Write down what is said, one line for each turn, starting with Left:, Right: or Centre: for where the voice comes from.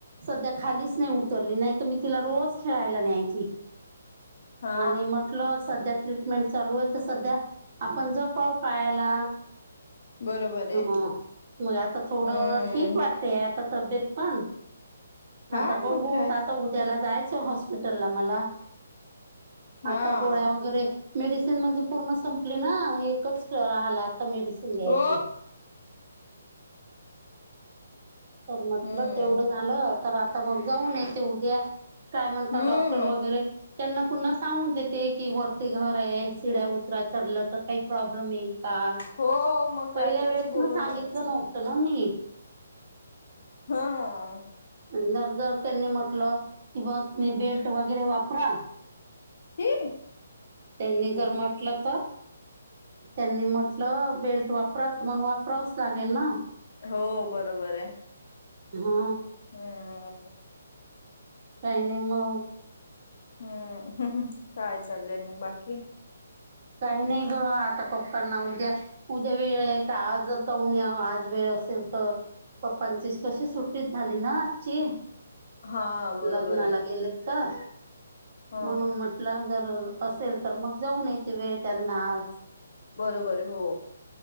Right: सध्या खालीच नाही उतरली. नाही तर मी तिला रोज खेळायला न्यायची.
Left: हा
Right: आणि म्हटलं सध्या तरी ट्रीटमेंट चालू आहे. तर सध्या आपण जपाव पायाला
Left: बरोबर आहे
Right: ह मग आता
Left: हम्म
Right: थोडं ठीक हे आता तब्येत पण आता
Left: हा
Right: बघू
Left: मग काय
Right: आता हो त्याला जायचं हॉस्पिटल ला मला
Left: हा
Right: आता गोळ्या वगैरे मेडिसिन म्हणजे पूर्ण संपली ना एकच तर राहला आता मेडिसिन घ्यायची.
Left: ओ
Right: तर म्हटलं
Left: हम्म
Right: तेवढं झालं तर आता मग जाऊन येते उद्या. काय म्हणतात
Left: हम्म
Right: डॉक्टर वगैरे
Left: मग
Right: त्यांना पुन्हा सांगून देते की वरती घर आहे सिड्या उतराया चढलं तर काही प्रॉब्लेम येईल का?
Left: हो मग
Right: पहिल्या
Left: काय तर
Right: वेळेस
Left: तसं बोलून
Right: न सांगितलं
Left: यायचं
Right: नव्हतं ना मी.
Left: हा.
Right: आणि नाही जर त्यांनी म्हटलं की बघ तुम्ही बेल्ट वगैरे वापरा.
Left: ए
Right: त्यांनी जर म्हटलं तर त्यांनी म्हट ल बेल्ट वापरात मग वापरावच लागेल ना.
Left: हो बरोबर आहे
Right: हा
Left: हम्म
Right: काही नाही मग.
Left: हम्म काय चाललंय मग बाकी?
Right: काही नाही ग आता पप्प ना उद्या उद्या वेळ आहे का? आज जाऊन या आज वेळ असेल तर पप्पांची कशी सुटी च झाली ना आजची
Left: हा बरोबर
Right: लग्नाला
Left: आहे
Right: गेले तर.
Left: ह
Right: म्हणून म्हटलं जर असेल तर मग जाऊन येते वेळ त्यांनाच
Left: बरोबर हो.